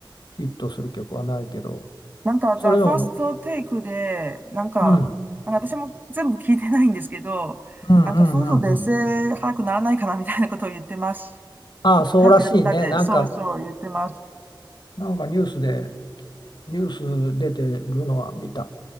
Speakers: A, on the left; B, on the right.
A: ヒットする曲はないけど、
B: なんか、
A: それでも、
B: ザ・ファーストテイクで、なんか、
A: うん、うん
B: なんか私も全部聞いてないんですけど、
A: うんうんうん。
B: なんか夫婦別姓早くならないかなみたいなことを言ってます。
A: ああ、
B: 歌詞の中で、
A: そうらしいね。なんか、
B: そうそう言ってます。
A: なんかニュースで、ニュース出てるのは見た。